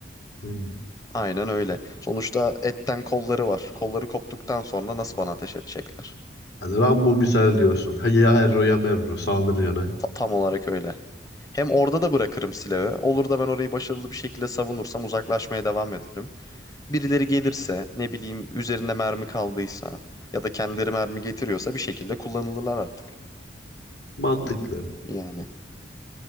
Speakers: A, on the left; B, on the left.
A: Hmm.
B: Aynen öyle. Sonuçta etten kolları var. Kolları koptuktan sonra nasıl bana ateş edecekler?
A: Yani Rambo misal diyorsun. Ha ya Herro ya Merro saldırı yana.
B: Ta- tam olarak öyle. Hem orada da bırakırım silahı. Olur da ben orayı başarılı bir şekilde savunursam uzaklaşmaya devam ederim. Birileri gelirse, ne bileyim üzerinde mermi kaldıysa ya da kendileri mermi getiriyorsa bir şekilde kullanılırlar artık.
A: Mantıklı.
B: Ya- Yani